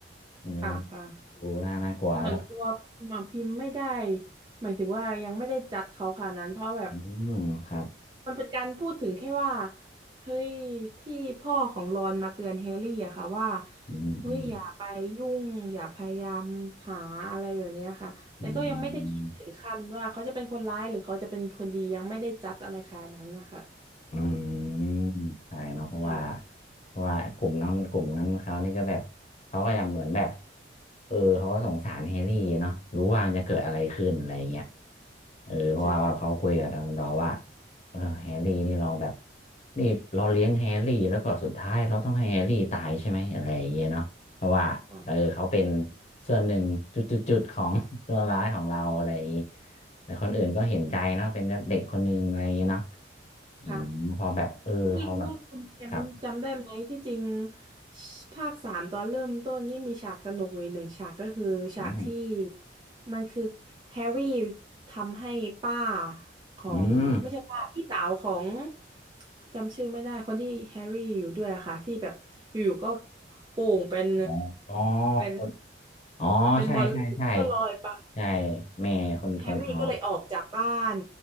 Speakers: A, on the left; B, on the right.
A: เออ
B: ค่ะค่ะ
A: ดูน่าน่ากลัวแล้ว
B: แต่ส่วนตัวพิมพ์อะพิมพ์ไม่ได้หมายถึงว่ายังไม่ได้จัดเขาขนาดนั้นเพราะแบบ
A: อืมครับ
B: มันเป็นการพูดถึงแค่ว่าเฮ้ยที่พ่อของรอนมาเตือนแฮร์รี่อะค่ะว่า
A: อืมอืม
B: เฮ้ยอย่าไปยุ่งอย่าพยายามหาอะไรแบบเนี้ยค่ะแต่ก็ยังไม่ได้คิดถึงขั้นว่าเขาจะเป็นคนร้ายหรือเขาจะเป็นคนดียังไม่ได้จัดอะไรขนาดนั้นนะคะ
A: อืม อืมใช่เนาะเพราะว่า
B: ใช่
A: เพราะว่ากลุ่มนั้นกลุ่มนั้นเขานี่ก็แบบเขาก็ยังเหมือนแบบเออเขาก็สงสารแฮร์รี่เนาะรู้ว่าจะเกิดอะไรขึ้นอะไรเงี้ยเออเพราะว่าแบบเขาคุยกับดัมเบิลดอร์ว่า
B: ใช่ค่ะ
A: เออแฮร์รี่นี่เราแบบนี่เราเลี้ยงแฮร์รี่แล้วก็สุดท้ายเราต้องให้แฮร์รี่ตายใช่ไหมอะไรอย่างเงี้ยเนาะเพราะว่าเออเขาเป็น
B: อ๋อ
A: ส่วนหนึ่งจุดๆๆของ <laughs> ตัวร้ายของเราอะไรอย่างงี้แต่คนอื่นก็เห็นใจเนาะเป็นเด็กคนหนึ่งอะไรอย่างงี้เนาะ อืมพอแบบเออพอแบบ
B: ค่ะ ไม่รู้ว่าคุณแชมป์จำได้ไหมที่จริง
A: ครับ
B: ภาคสามตอนเริ่มต้นนี่มีฉากสนุกอยู่หนึ่งฉากก็คือฉากที่
A: อ๋อ
B: มันคือแฮร์รี่ทำให้ป้าของไม่ใช่ป้าพี่สาวของ
A: อืม
B: จำชื่อไม่ได้คนที่แฮร์รี่อยู่ด้วยอะค่ะที่แบบอยู่ๆก็โป่งเป็น
A: อ๋ออ๋อ
B: เป็น
A: คนอ๋อใช่ใช่ใช่
B: เป็นบอลลูนก็ลอยไป
A: ใช่แม่คนทนอ๋อ
B: แฮร์รี่ก็เลยออกจากบ้าน